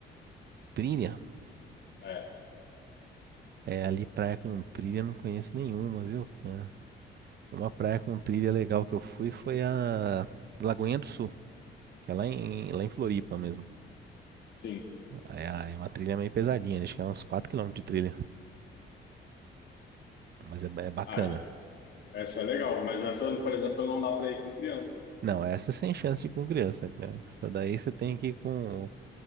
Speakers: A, on the right; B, on the left.
A: trilha,
B: É,
A: é, ali praia com trilha eu não conheço nenhuma, viu? É. Uma praia com trilha legal que eu fui foi a Lagoinha do Sul, que é lá em, lá em Floripa mesmo.
B: sim.
A: É, é uma trilha meio pesadinha, acho que é uns 4 quilômetros de trilha, mas é, ba- é bacana.
B: Ah, é. essa é legal, mas essa, por exemplo, não dá para ir com criança.
A: Não, essa é sem chance de ir com criança, cara. Só daí você tem que ir com